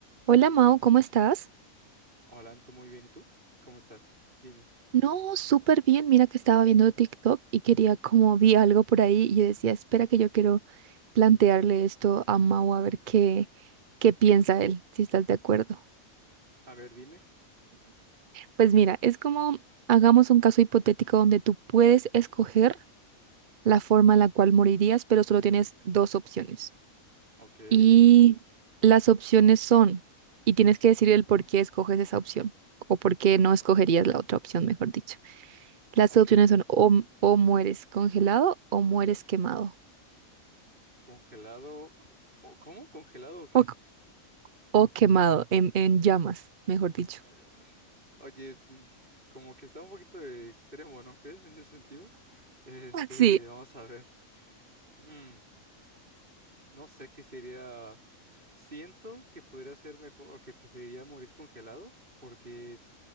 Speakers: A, on the right; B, on the right.
A: Hola Mau, ¿cómo estás?
B: Hola, Anto, muy bien. ¿Y tú? ¿Cómo estás? Dime.
A: No, súper bien. Mira que estaba viendo TikTok y quería como vi algo por ahí y yo decía, espera que yo quiero plantearle esto a Mau a ver qué, qué piensa él, si estás de acuerdo.
B: A ver, dime.
A: Pues mira, es como hagamos un caso hipotético donde tú puedes escoger la forma en la cual morirías, pero solo tienes dos opciones.
B: Ok.
A: Y las opciones son, y tienes que decir el por qué escoges esa opción o por qué no escogerías
B: Ah,
A: la otra opción, mejor dicho. Las
B: Ok.
A: opciones son o, o mueres congelado o mueres quemado.
B: Congelado. ¿O cómo? ¿Congelado o qué?
A: O, o quemado, en, en llamas, mejor dicho.
B: Ah, Oye, l- como que está un poquito de extremo, ¿no crees? En ese sentido. Este,
A: Sí,
B: vamos a ver. Mm, no sé qué sería. Siento que podría ser mejor o que preferiría morir congelado porque